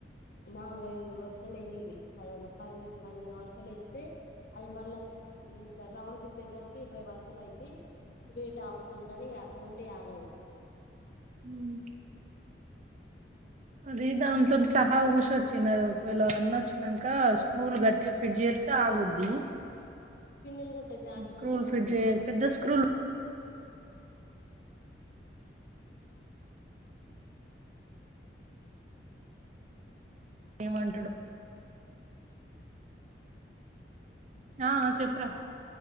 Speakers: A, on the left; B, on the right.
A: నాలు ఐదు వర్సలయ్యింది <inaudible> పది పదిహేను వర్సలైతే అది మళ్ళా ఇట్ల రౌండ్ తిప్పేసరికి ఇరవై వరుసలు అయితే లేట్ ఆపుతదిగానీ ఇగ కొండి ఆగదు
B: మ్మ్ అది దాంతోటి సహా ఊసొచ్చింది ఆది ఒకవేళ అన్న వచ్చినంక స్క్రూలు గట్టి ఇగ ఫిట్ చెత్తే ఆగుద్ది
A: పిన్నులు కొట్టే ఛాన్స్
B: స్క్రూల్
A: ఉంటే మంచిగుండు
B: ఫిట్ చేయ పెద్ద స్క్రూల్ ఏమంటాడు ఆ చెప్పరా